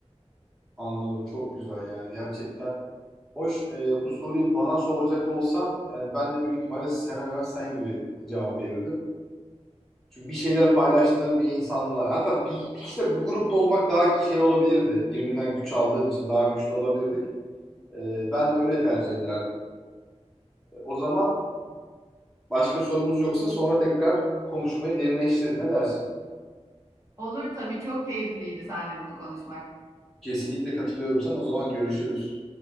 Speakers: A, in the centre; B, on the right.
A: Anladım. Çok güzel yani. Gerçekten hoş. Ee, bu soruyu bana soracak olsan yani ben de büyük ihtimalle hemen hemen sen gibi cevap verirdim. Çünkü bir şeyler paylaştığım bir insanla hatta bir, bir kişiyle bir grupta olmak daha şey olabilirdi. Birbirinden güç aldığın için daha güçlü olabilirdik. Ee, ben de öyle tercih ederdim. Ee, o zaman başka sorumuz yoksa sonra tekrar konuşmayı derinleştirin. Ne dersin?
B: Olur tabii çok keyifliydi seninle bunu konuşmak.
A: Kesinlikle katılıyorum sana. O zaman görüşürüz.